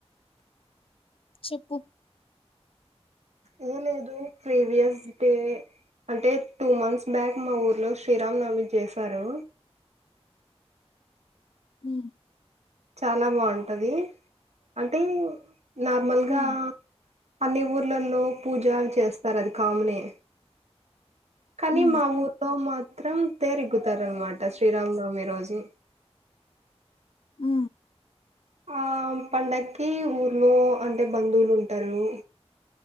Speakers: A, on the left (about 55°); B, on the right (about 80°).
A: చెప్పు
B: ఏం లేదు ప్రీవియస్ డే అంటే టూ మంత్స్ బ్యాక్ మా ఊర్లో శ్రీరామ్ నమి చేశారు
A: హ్మ్మ్
B: చాలా బాగుంటది అంటే నార్మల్గా
A: ఉమ్
B: అన్ని ఊర్లలో పూజలు చేస్తారు అది కామనే కానీ
A: ఉమ్
B: మా ఊర్లో మాత్రం తేరి ఇగ్గుతారనమాట శ్రీరామనవమి రోజు
A: అ
B: ఆ పండగకి ఊర్లో అంటే బంధువులు ఉంటారు